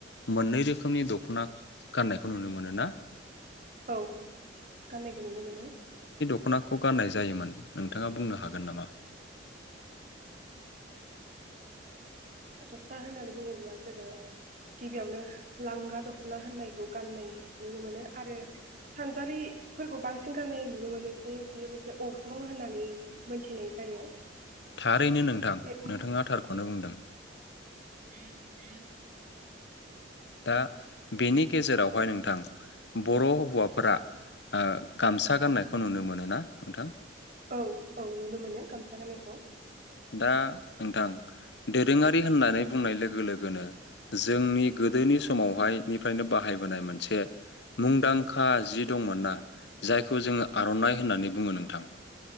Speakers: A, on the left; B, on the right.
A: मोननै रोखोमनि दख'ना गाननायखौ नुनो मोनो ना?
B: औ गाननायखौ नुनो मोनो।
A: ख'नाखौ गाननाय जायोमोन नोंथांङा बुंनो हागोन नामा?
B: दख'ना होननानै बुङोब्ला जोंङो गिबियावनो लांगा दख'ना होननायखौ गाननाय नुनो मोनो आरो सानजारिफोरखौ बांसिन गाननाय नुनो मोनो जे बियो मोनसे अग्रं होननानै मोनथिनाय जायो।
A: थारैनो नोंथां
B: बे
A: नोंथांङा थारखौनो बुंदों।
B: ह ह
A: दा बेनि गेजेरावहाय नोंथां बर' हौवाफोरा ओ गामसा गाननायखौ नुनो मोनो ना नोंथां?
B: औ औ नुनो मोनो गामसा गाननायखौ।
A: दा नोंथां दोरोङारि होननानै बुंनाय लोगो लोगोनो जोंनि गोदोनि समावहाय निफ्रायनो बाहायबोनाय मोनसे मुंदांखा जि दंमोन ना जायखौ जोंङो आर'नाइ होननानै बुङो नोंथां।